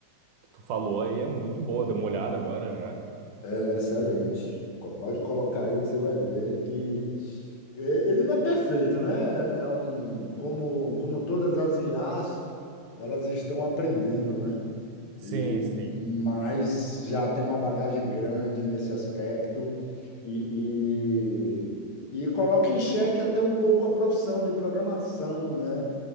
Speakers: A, on the right; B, on the left.
A: que tu falou aí é muito boa. Dei uma olhada agora já.
B: Ela é né, excelente. Co- Pode colocar aí que você vai ver que é, ele não é perfeito, né? É é um como como todas as IAs, elas estão aprendendo, né?
A: Sim,
B: E
A: sim,
B: mas já tem uma bagagem grande nesse aspecto e, e, e coloca em xeque até um pouco a profissão de programação, né?